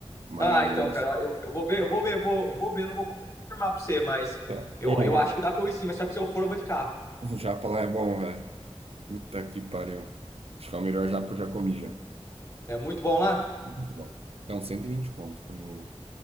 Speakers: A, on the right; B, on the left.
A: mas.
B: Ah, então, cara, eu, eu vou ver, eu vou ver, vou, vou ver, não vou confirmar pra você, mas
A: Tá.
B: eu,
A: Ô,
B: eu acho que dá pra eu ir sim, mas só que se eu for, eu vou de carro.
A: O japa lá é bom, velho. Puta que pariu. Acho que é o melhor japa que eu já comi já.
B: É muito bom lá?
A: Muito bom. Acho que É uns 120 conto, se eu não me engano.